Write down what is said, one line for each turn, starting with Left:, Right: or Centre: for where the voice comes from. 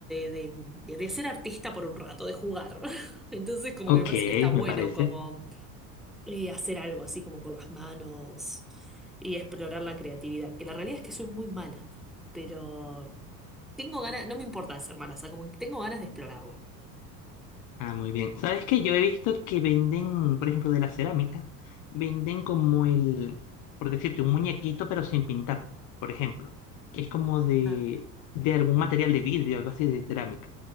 Centre: de, de- de ser artista por un rato, de jugar. <laughs> Entonces, como
Left: Ok,
Centre: que me parece que está bueno
Left: me parece.
Centre: como eh, hacer algo así como con las manos y explorar la creatividad. Que la realidad es que soy muy mala, pero tengo ganas, no me importa de ser mala, o sea, como que tengo ganas de explorarlo.
Left: Ah, muy bien. ¿Sabes que Yo he visto que venden, por ejemplo, de la cerámica, venden como el, por decirte, un muñequito pero sin pintar, por ejemplo, que es como de,
Centre: Ah.
Left: de algún material de vidrio, algo así de cerámica.